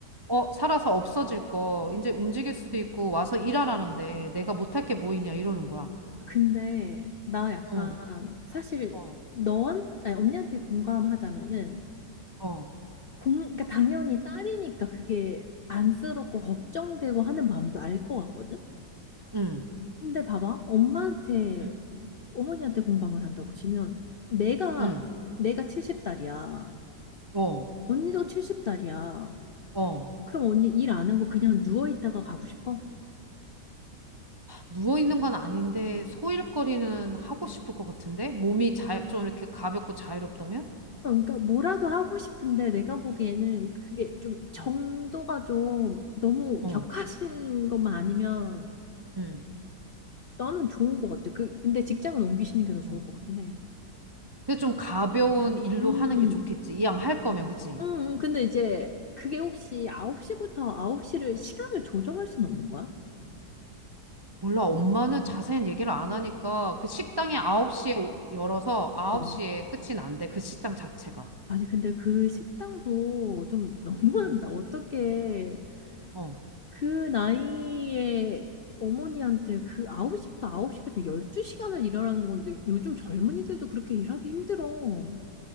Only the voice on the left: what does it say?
아, 근데 나 약간
사실
너한 아니, 언니한테 공감하자면은
공 그러니까 당연히 딸이니까 그게 안쓰럽고 걱정되고 하는 마음도 알 것 같거든.
근데 봐봐 엄마한테
어머니한테 공감을 한다고 치면 내가
내가 70살이야.
언니도 70살이야.
그럼 언니 일 안 하고 그냥 누워 있다가 가고 싶어?
어, 그러니까 뭐라도 하고 싶은데 내가 보기에는 그게 좀 정도가
좀 너무
격하신 것만 아니면
너는 좋은 것 같아. 그 근데 직장은 옮기시는 게 더 좋을
것 같긴 해.
음,
음, 음. 근데 이제 그게 혹시 9시부터 9시를 시간을 조정할 순 없는 거야?
어.
아니 근데 그 식당도 좀 <laughs> 너무한다.
어떻게
그 나이에 어머니한테 그 9시부터 9시까지 12시간을 일하라는 건데 요즘 젊은이들도 그렇게 일하기 힘들어.